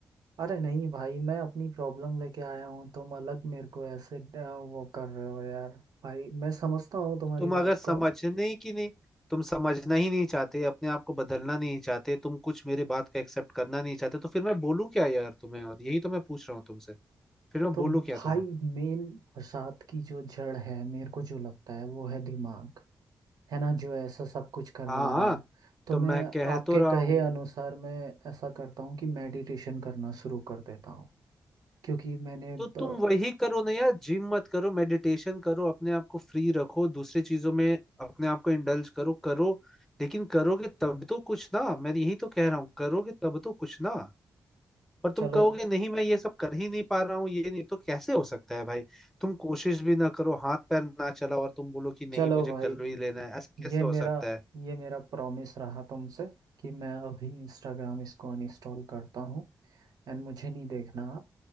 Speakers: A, on the right; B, in the centre.
A: अरे नहीं भाई मैं अपनी प्रॉब्लम लेके आया हूँ तुम अलग मेरे को ऐसे ड- वो कर रहे हो यार भाई मैं समझता हूँ तुम्हारी
B: तुम अगर
A: बात
B: समझने
A: को
B: ही की नहीं तुम समझना ही नहीं चाहते अपने आप को बदलना नहीं चाहते तुम कुछ मेरे बात का एक्सेप्ट करना नहीं चाहते तो फिर मैं बोलूँ क्या यार तुम्हें और यही तो मैं पूछ रहा हूँ तुमसे फिर मैं
A: तो
B: बोलूँ क्या
A: भाई
B: तुम्हें
A: मेन फसाद की जो जड़ है मेरे को जो लगता है वो है दिमाग है ना जो ऐसा सब कुछ करवा
B: हाँ
A: रहा है तो
B: तो
A: मैं
B: मैं कह
A: आपके
B: तो रहा
A: कहे
B: हूँ
A: अनुसार मैं ऐसा करता हूँ कि मेडिटेशन करना शुरू कर देता हूँ क्योंकि मैंने ब-
B: तो तुम वही करो ना यार जिम मत करो मेडिटेशन करो अपने आप को फ्री रखो दूसरी चीजों में अपने आप को इंडल्ज करो करो लेकिन करोगे तब तो कुछ ना मैं यही तो कह रहा हूँ करोगे तब तो कुछ ना पर तुम
A: चलो
B: कहोगे नहीं मैं ये सब कर ही नहीं पा रहा हूँ ये नहीं तो कैसे हो सकता है भाई तुम कोशिश भी ना करो हाथ पैर ना चलाओ और तुम बोलो कि नहीं
A: चलो
B: मुझे
A: भाई
B: कर ही लेना है ऐसा कैसे
A: ये मेरा
B: हो सकता है
A: ये मेरा प्रॉमिस रहा तुमसे कि मैं अभी इंस्टाग्राम इसको अनइंस्टॉल करता हूँ एंड मुझे नहीं देखना आप